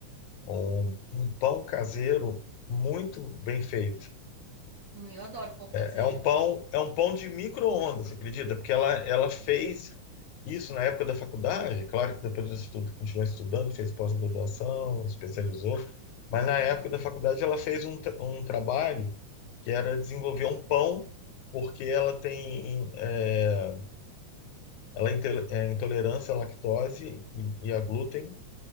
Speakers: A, on the left; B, on the right.
A: um, um pão caseiro muito bem feito.
B: Hum, eu adoro pão caseiro.
A: É um pão, é um pão de micro-ondas, você acredita? Porque ela, ela fez isso na época da faculdade, claro que depois disso tudo continuou estudando, fez pós-graduação, especializou, mas
B: Bacana.
A: na época da faculdade ela fez um, tra- um trabalho que era desenvolver um pão, porque ela tem, é, ela é inte- é intolerância à lactose e, e a glúten,